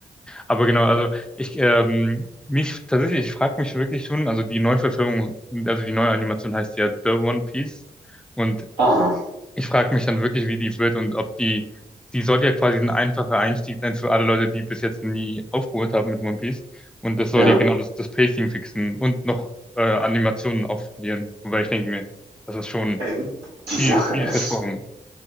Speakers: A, in the centre; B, on the right.
A: Aber genau, also ich ähm, mich tatsächlich, ich frage mich wirklich schon, also die Neuverfilmung, also die neue Animation heißt ja The One Piece und
B: Ah,
A: ich frage mich dann wirklich, wie die wird und ob die, die soll ja quasi ein einfacher Einstieg sein für alle Leute, die bis jetzt nie aufgeholt haben mit One Piece und das soll
B: ja.
A: ja genau das, das Pacing fixen und noch äh, Animationen aufpolieren, wobei ich denke mir, das ist schon
B: Äh, Die
A: viel,
B: Sache
A: viel
B: ist,
A: versprochen.